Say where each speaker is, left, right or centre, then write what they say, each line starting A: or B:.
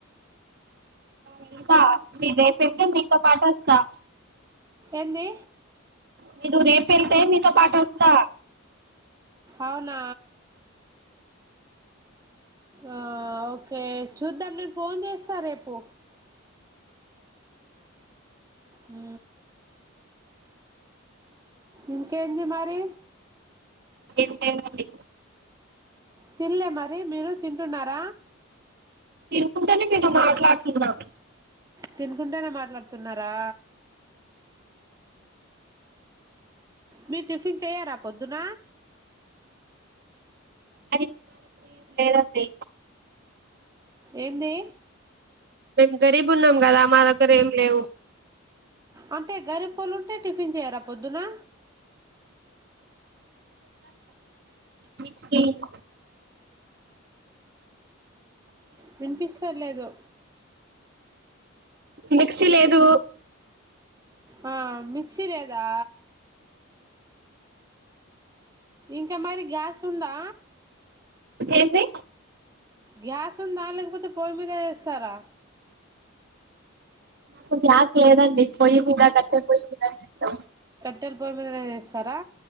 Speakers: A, on the right; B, on the right.
A: వెళ్తా ఇంక మీ రేపంటే మీతో పాటు వస్తా
B: ఎంది
A: మీరు రేపు వెళ్తే మీతో పాటు వస్తా
B: అవునా ఆ ఓకే చూద్దాం నేను ఫోన్ చేస్తా రేపు ఉ ఇంకేంది మరి
A: ఇంకేంటి
B: తిన్లే మరి మీరు తింటున్నార
A: తినుకుంటేనే మీతో మాట్లాడుతున్నా
B: తినుకుంటేనే మాట్లాడుతున్నరా మీరు టిఫిన్ చెయ్యారా పొద్దున
A: అది లేదండి
B: ఎంది
A: మేము గరీబున్నాం కదా మా దగ్గర ఏం లేవు
B: అంటే గరిబ్ వాల్లు ఉంటే టిఫిన్ చేయరా పొద్దునా
A: మేమ్ చెయ్యం
B: వినిపిస్తర్లేదు
A: మిక్సీ లేదు
B: ఆ మిక్సి లేదా ఇంకా మరి గ్యాస్ ఉందా
A: ఏంది
B: గ్యాస్ ఉందా లేకపోతే పొయ్యి మీద చేస్తారా
A: మాక్ గ్యాస్ లేదండి పోయ్యి మీద కట్టే పొయ్యి మీదనె చేస్
B: కట్టల్ పోయ్యి మీదనె చేస్తారా